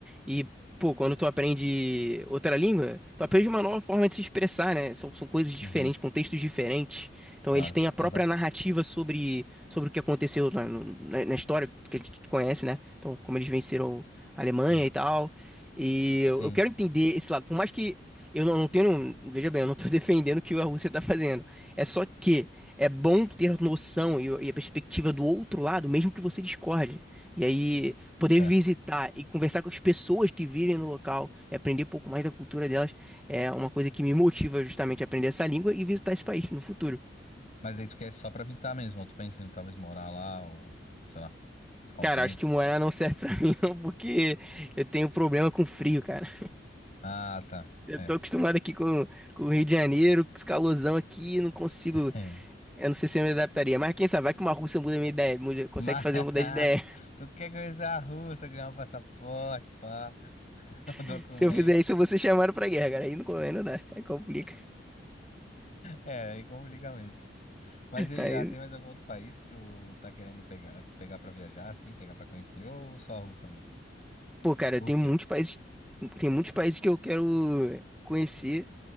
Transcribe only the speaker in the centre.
E, pô, quando tu aprende outra língua, tu aprende uma nova forma de se expressar, né? São, são coisas diferentes,
contextos diferentes. Então,
eles têm a própria
narrativa sobre, sobre o que aconteceu na, no- na- na história que a gente conhece, né? Então, como eles venceram a Alemanha
e tal. E eu,
eu quero entender esse lado. Por mais que eu não, não tenho. Veja bem, eu não tô <laughs> defendendo o que a Rússia tá fazendo. É só que é bom ter a noção e, e a perspectiva do outro lado, mesmo que você discorde. E aí poder
visitar e conversar com as pessoas que vivem no local e aprender um pouco mais da cultura delas é uma coisa que me motiva justamente a aprender essa língua e visitar esse país no futuro.
Cara,
acho que morar não serve pra <laughs> mim não, porque eu tenho problema com frio, cara.
Eu
tô acostumado aqui com, com o Rio de Janeiro, com esse calorzão aqui, não consigo.
Eu não sei se eu me adaptaria, mas quem sabe, vai que uma russa muda minha ideia, muda- consegue
fazer eu mudar de ideia.
<laughs> Se eu fizer isso, eu vou ser chamado pra guerra, cara. Aí não, co- aí não dá, aí complica.
Aí
Pô, cara,
tem muitos países, tem muitos países que eu quero conhecer,